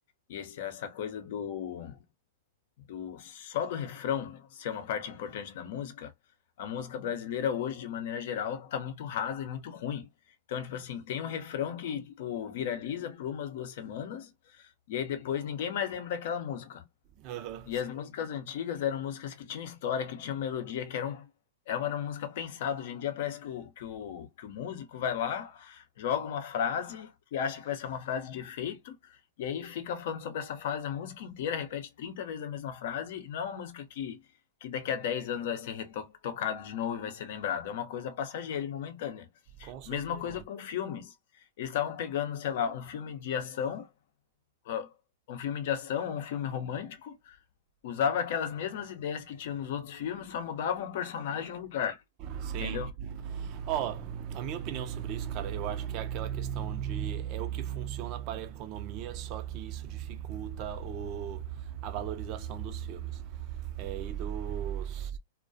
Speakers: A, on the left; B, on the right.
A: e esse, essa coisa do, do só do refrão ser uma parte importante da música, a música brasileira hoje, de maneira geral, tá muito rasa e muito ruim. Então, tipo assim, tem um refrão que, tipo, viraliza por umas duas semanas, e aí depois ninguém mais lembra daquela música.
B: Aham,
A: E
B: sim.
A: as músicas antigas eram músicas que tinham história, que tinham melodia, que eram. Era uma música pensada. Hoje em dia parece que o, que, o, que o músico vai lá, joga uma frase que acha que vai ser uma frase de efeito, e aí fica falando sobre essa frase a música inteira, repete 30 vezes a mesma frase, e não é uma música que, que daqui a 10 anos vai ser retocado de novo e vai ser lembrado. É uma coisa passageira e momentânea.
B: Com certeza.
A: Mesma coisa com filmes. Eles estavam pegando, sei lá, um filme de ação, ah, um filme de ação, ou um filme romântico, usava aquelas mesmas ideias que tinha nos outros filmes, só mudava um personagem e um lugar,
B: Sim.
A: entendeu?
B: Ó, a minha opinião sobre isso, cara, eu acho que é aquela questão de é o que funciona para a economia, só que isso dificulta o, a valorização dos filmes é, e dos